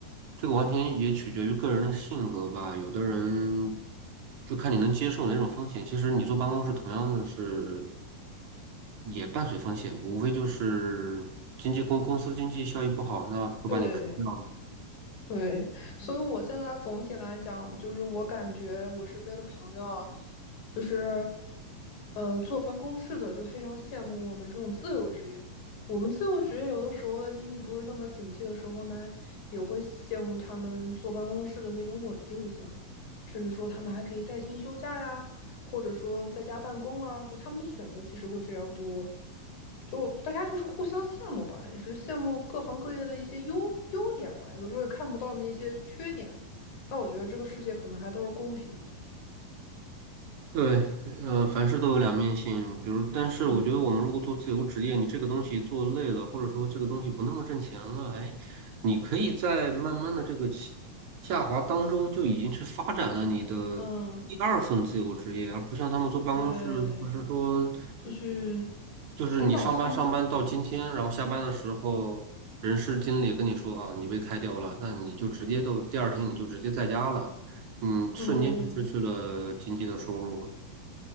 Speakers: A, on the right; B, on the left.
A: 这个完全也取决于个人的性格吧。有的人就看你能接受哪种风险。其实你坐办公室同样的是也伴随风险，无非就是经济公公司经济效益不好，那会把你开掉；
B: 对，对，所以我现在总体来讲，就是我感觉我身边的朋友啊就是，嗯、坐办公室的就非常羡慕我们这种自由职业的。我们自由职业有的时候在经济不是那么景气的时候呢，也会羡慕他们坐办公室的那种稳定性，甚至说他们还可以带薪休假呀，或者说在家办公啊，就他们的选择其实会非常多。就大家就是互相羡慕吧，也是羡慕各行各业的一些优优点吧，有的时候也看不到那些缺点。那我觉得这个世界可能还都是公平的。
A: 对，呃，凡事都有两面性。比如，但是我觉得我们如果做自由职业，
B: 嗯
A: 你这个东西做累了，或者说这个东西不那么挣钱了，哎，你可以在慢慢的这个起下滑当中就已经去发展了你的第二份自由职业，
B: 嗯，
A: 而不像他们坐办公室，
B: 对，
A: 就是说，
B: 就去
A: 就是你上班上班到今天，
B: 寻找新的，
A: 然后下班的时候，人事经理跟你说啊，你被开掉了，那你就直接都第二天你就直接在家了，嗯，瞬间就失去了经济的收入。
B: 对。